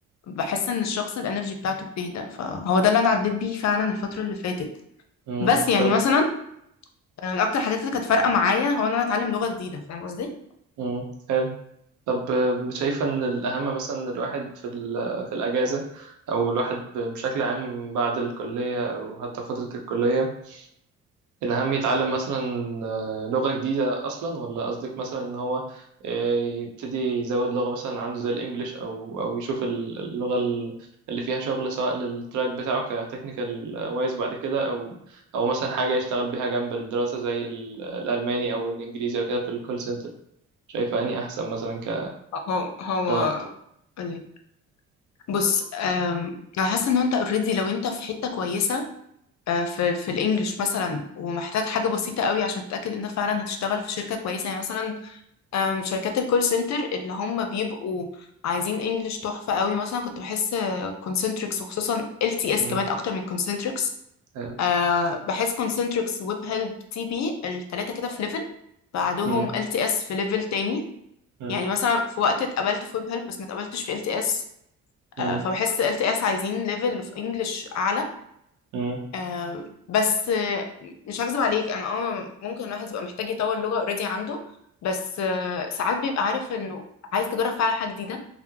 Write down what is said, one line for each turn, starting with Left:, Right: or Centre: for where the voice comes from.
Left: بحس إن الشخص الانرجي بتاعته بتهدى فهو ده اللي أنا عديت بيه فعلا الفترة اللي فاتت
Right: مم.
Left: بس يعني
Right: طب
Left: مثلا آه، من أكتر الحاجات اللي كانت فارقة معايا هو إن أنا أتعلم لغة جديدة فاهم قصدي؟
Right: مم. حلو طب آه، شايفه ان الاهم مثلا إن الواحد في ال- في الاجازه او الواحد ب- بشكل عام بعد الكليه او حتى فتره الكليه الأهم يتعلم مثلا آه، لغة جديدة أصلا ولا قصدك مثلا إن هو آه، يبتدي يزود لغة مثلا عنده زي الإنجليش أو أو يشوف ال- اللغة ال- اللي فيها شغل سواء للتراك بتاعه كتكنيكال وايز بعد كده أو أو مثلا حاجة يشتغل بيها جنب الدراسة زي ال- الألماني أو الإنجليزي أو كده في الكول سنتر شايفة أني أحسن مثلا ك-
Left: هو هو
Right: كوقت
Left: قولي. بص أم، انا حاسه ان انت اوريدي لو انت في حته كويسه أه، في في الانجليش مثلا ومحتاج حاجه بسيطه قوي عشان تتاكد ان فعلا هتشتغل في شركه كويسه يعني مثلا أم، شركات الكول سنتر اللي هم بيبقوا عايزين انجليش تحفه قوي مثلا كنت بحس كونسنتريكس وخصوصا ال تي اس
Right: مم.
Left: كمان اكتر من كونسنتريكس
Right: حلو.
Left: أه بحس كونسنتريكس ويب هيلب تي بي الثلاثه كده في ليفل بعدهم
Right: مم.
Left: ال تي اس في ليفل تاني
Right: مم.
Left: يعني مثلا في وقت اتقبلت في ويب هيلب بس ما اتقبلتش في ال تي اس
Right: مم.
Left: آه، فبحس ال تي اس عايزين ليفل في انجلش اعلى
Right: مم.
Left: آه، بس آه، مش هكذب عليك انا اه ممكن الواحد يبقى محتاج يطور لغة اوريدي عنده بس آه، ساعات بيبقى عارف انه عايز تجرب فعلا حاجة جديدة